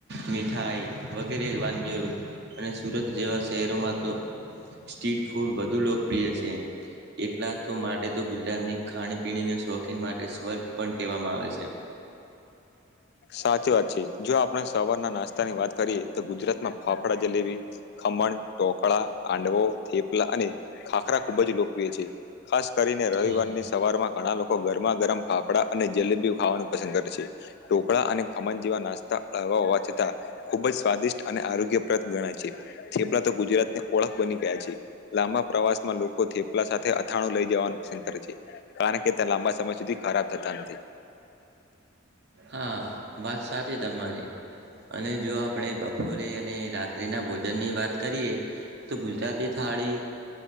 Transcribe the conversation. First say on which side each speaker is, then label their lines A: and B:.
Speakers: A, on the right (about 55°); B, on the left (about 55°).
A: મીઠાઈ વગેરે વાનગીઓ અને સુરત જેવા શહેરોમાં તો સ્ટ્રીટ ફૂડ વધુ લોકપ્રિય છે, એકલે તો માટે તો ગુજરાતની ખાણી પીણીને શોખીન માટે સ્વર્ગ પણ કહેવામાં. આવે છે.
B: સાચી વાત છે, જો આપણે સવારના નાસ્તા ની વાત કરીએ તો ગુજરાતમાં ફાફડા જલેબી, ખમણ, ટોકળા, હાંડવો થેપલા અને ખાખરા ખુબ જ લોકપ્રિય છે, ખાસ કરીને રવિવારની
A: હા.
B: સવારમાં ઘણા લોકો ગરમા ગરમ ફાફડા અને જલેબી ખાવાનું પસંદ કરે છે, ઢોકળા અને ખમન જેવા નાસ્તા હળવા હોવા છતાં, ખુબ જ સ્વાદિષ્ટ અને આરોગ્યપ્રદ ગણાય છે, થેપલા તો ગુજરાતની ઓળખ બની ગયા છે, લાંબા પ્રવાસમાં લોકો થેપલા સાથે અથાણું લઈ જવાનું પસંદ કરે છે, કારણ કે ત્યાં લાંબા સમય સુધી ખરાબ થતા નથી.
A: હા વાત સાચી તમારી અને જો આપણે બપોરે અને રાત્રીના ભોજનની વાત કરીએ, તો ગુજરાતી થાળી